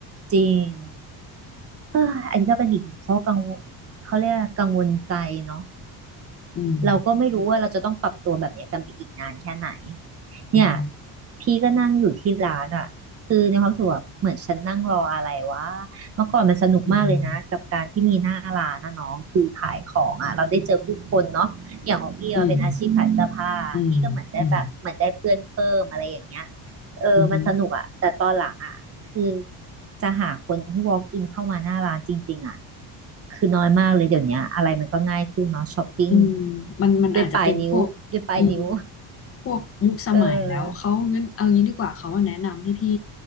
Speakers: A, on the right; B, on the left.
A: จริงเอออันนี้ก็เป็นอีกหนึ่งข้อกังวลเขาเรียกว่ากังวลใจเนาะ
B: อืม
A: เราก็ไม่รู้ว่าเราจะต้องปรับตัวแบบเนี้ยกันไปอีกนานแค่ไหนเนี่ย
B: อืม
A: พี่ก็นั่งอยู่ที่ร้านอ่ะคือในความรู้สุขแบบเหมือนฉันนั่งรออะไรวะเมื่อก่อนมันสนุกมากเลยนะกับการที่มีหน้าร้านนะน้องคือขายของอ่ะเราได้เจอผู้คนเนาะอย่างของพี่เราเป็นอาชีพขายเสื้อผ้าพี่ก็เหมือนได้แบบเหมือนได้เพื่อนเพิ่มอะไรอย่างเงี้ย
B: อืมอืมอืมอืม
A: เออมันสนุกอ่ะแต่ตอนหลังอ่ะคือ
B: อืม
A: จะหาคนที่ walk in เข้ามาหน้าร้านจริงๆอ่ะคือน้อยมากเลยเดี๋ยวเนี้ยอะไรมันก็ง่ายขึ้นเนาะช้อปปิ้ง
B: อืมมันมันอาจจะเป็นพวกอืม
A: ด้วยปลายนิ้วด้วยปลายนิ้ว
B: พวกยุคสมัยแล้วเขางั้นเอางี้ดีกว่าเขาว่าแนะนำให้พี่
A: <laughs> เออ